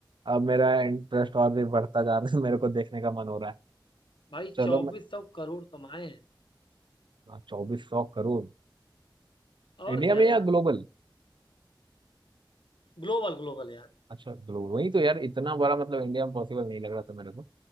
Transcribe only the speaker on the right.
अब मेरा इंटरेस्ट और भी बढ़ता जा रहा है मेरे को देखने का मन हो रहा है
चलो
मैं
हाँ, चौबीस सौ करोड़
इंडिया
में
या ग्लोबल
अच्छा ग्लो वही तो यार इतना बड़ा मतलब इंडिया में पॉसिबल नहीं लग रहा था मेरे को